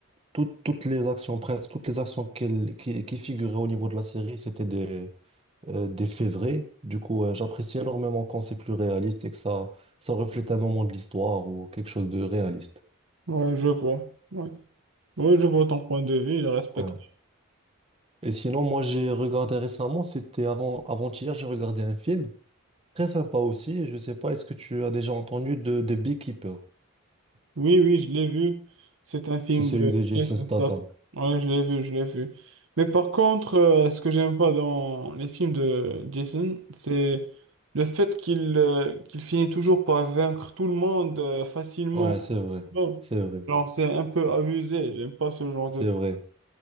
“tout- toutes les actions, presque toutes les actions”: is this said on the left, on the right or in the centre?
Right